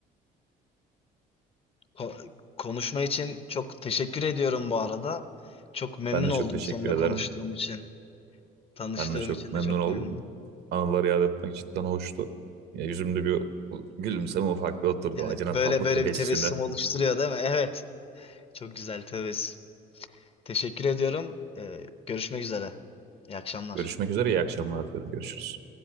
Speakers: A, on the left (about 35°); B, on the right (about 75°).
A: Ko- konuşma için çok teşekkür ediyorum bu arada. Çok memnun
B: Ben de
A: oldum
B: çok teşekkür
A: seninle
B: ederim.
A: konuştuğum için. Tanıştığım
B: Ben de çok
A: için
B: memnun
A: de çok
B: oldum.
A: memnunum.
B: Anıları yad etmek cidden hoştu. Ya yüzümde bir gülümseme ufak bir oturdu.
A: Evet,
B: Acının
A: böyle
B: tatlı
A: böyle
B: tebessümü.
A: bir tebessüm oluşturuyor değil mi? <laughs> Evet, çok güzel tebessüm. Teşekkür ediyorum. E, görüşmek üzere. İyi akşamlar.
B: Görüşmek üzere iyi akşamlar diyorum. Görüşürüz.